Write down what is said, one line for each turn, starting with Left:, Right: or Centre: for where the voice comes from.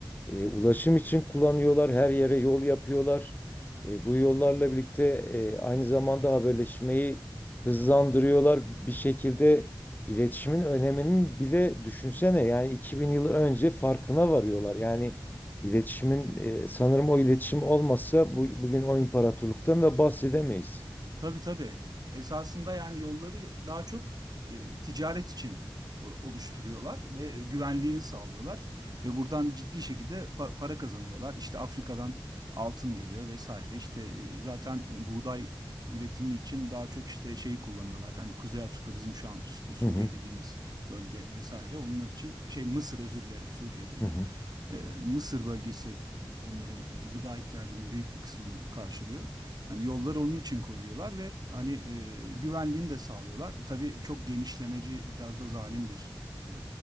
Left: e, ulaşım için kullanıyorlar, her yere yol yapıyorlar. E, bu yollarla birlikte e, aynı zamanda haberleşmeyi hızlandırıyorlar. Bir şekilde iletişimin öneminin bile düşünsene yani 2000 yıl önce farkına varıyorlar. Yani İletişimin e, sanırım o iletişim olmasa bu, bugün o imparatorluktan da bahsedemeyiz.
Right: Tabii tabii. Esasında yani yolları daha çok e, ticaret için o- oluşturuyorlar ve güvenliğini sağlıyorlar ve buradan ciddi şekilde pa- para kazanıyorlar. İşte Afrika'dan altın geliyor vesaire. İşte e, zaten e, buğday üretimi için daha çok işte şeyi kullanıyorlar. Hani Kuzey Afrika bizim şu an işte Suriye
Left: Hı hı,
Right: dediğimiz bölge vesaire. Onlar için şey Mısır özür dilerim Suriye diyorum.
Left: hı hı,
Right: E, Mısır bölgesi e, onların e, gıda ihtiyacının büyük bir kısmını karşılıyor. Hani yolları onun için koruyorlar ve hani e, güvenliğini de sağlıyorlar. Tabii çok genişlemeci, biraz da zalim bir e,